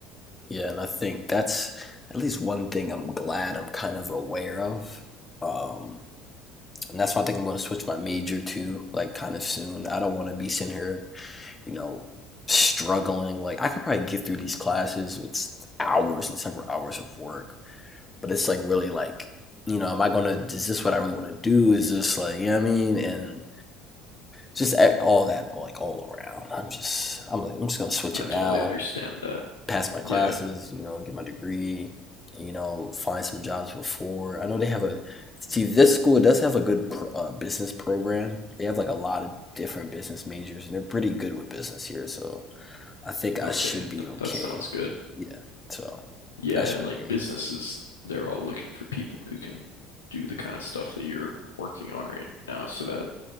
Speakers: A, on the left; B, on the left.
A: Yeah, and I think that's at least one thing I'm glad I'm kind of aware of um, And that's why I think I'm going to switch my major to, like, kind of soon. I don't want to be sitting here, you know, struggling. Like, I could probably get through these classes with hours and several hours of work, but it's like really like, you know, am I going to, is this what I really want to do? Is this like, you know what I mean? And just e, all that, like, all around. I'm just, I'm like, I'm just going to switch
B: I
A: it now
B: totally understand that.
A: pass my classes,
B: Yeah.
A: you know, get my degree, you know, find some jobs before. I know they have a see this school does have a good uh, business program. They have like a lot of different business majors, and they're pretty good with business here. So I think I
B: Okay.
A: That's should good. be
B: Th
A: That okay.
B: that sounds
A: sounds
B: good.
A: good. Yeah. So
B: Yeah,
A: that should
B: and like
A: Yeah, be
B: businesses,
A: great.
B: they're all looking for people who can do the kind of stuff that you're working on right now so that